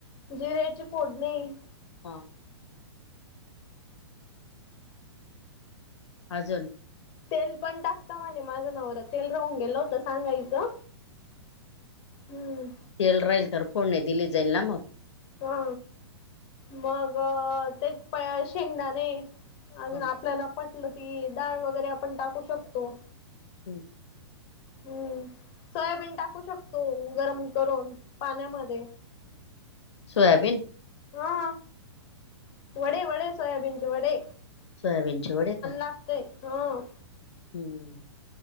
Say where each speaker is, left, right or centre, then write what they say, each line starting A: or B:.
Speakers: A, on the left (about 35°); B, on the left (about 70°).
A: जिऱ्याची फोडणी
B: हां आजून
A: तेल पण टाकता माणे माझं नवरा तेल राहून गेलं होतं सांगायचं. हम्म
B: येल राहील तर फोडणी दिली जाईल ना मग.
A: हा मग एक पयाल शेंगदाणे आजून
B: हा
A: आपल्याला पटलं ती दाळ वगैरे आपण टाकू शकतो.
B: हाम.
A: हम्म सोयाबीन टाकू शकतो गरम करून पाण्यामध्ये.
B: सोयाबीन
A: हा वडे वडे सोयाबीनचे वडे.
B: सोयाबीन चे वडे का?
A: कापतय ह
B: हम्म